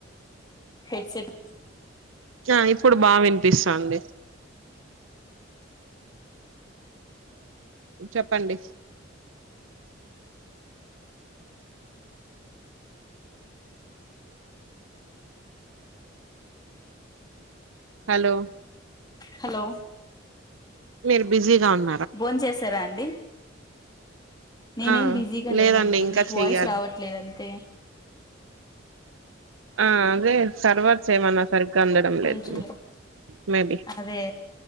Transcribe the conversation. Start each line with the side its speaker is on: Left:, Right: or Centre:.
Left: హెడ్సెట్
Right: ఆ ఇప్పుడు బాగా వినిపిస్తంంది చెప్పండి హలో
Left: హలో
Right: మీరు బిజీ కాన్
Left: భోన్ చేసారా అండి నేనేం
Right: ఆ
Left: బిజీగా
Right: లేదండి
Left: లేనండి
Right: ఇంకా
Left: మీకు
Right: చెయ్యాలి
Left: వాయిస్ రావట్లేదుంతే
Right: ఆ అదే సర్వార్ చేయమ నా సరిగ్గా అందడం
Left: కొంచెం
Right: లేదు మేబి
Left: అదే